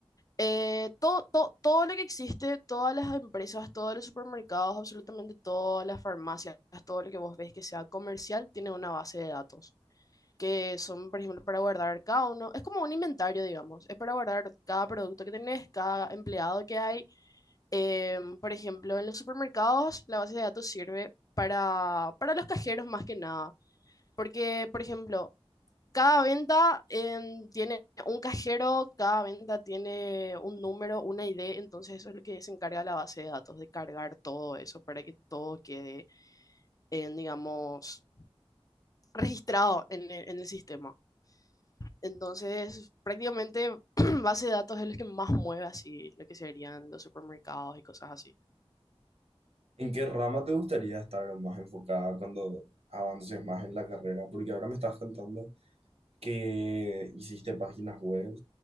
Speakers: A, on the left; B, on the right.
A: Eh, todo, todo, todo lo que existe, todas las empresas, todos los supermercados, absolutamente todas las farmacias, todo lo que vos ves que sea comercial, tiene una base de datos, que son, por ejemplo, para guardar cada uno, es como un inventario, digamos, es para guardar cada producto que tenés, cada empleado que hay. Em, por ejemplo, en los supermercados, la base de datos sirve para, para los cajeros más que nada, porque, por ejemplo, cada venta em, tiene un cajero, cada venta tiene un número, una ID, entonces eso es lo que se encarga la base de datos, de cargar todo eso para que todo quede, en, digamos, registrado en el, en el sistema. Entonces, prácticamente <clears throat> base de datos es lo que más mueve así, lo que serían los supermercados y cosas así.
B: ¿En qué rama te gustaría estar más enfocada cuando avances más en la carrera? Porque ahora me estás contando que hiciste páginas web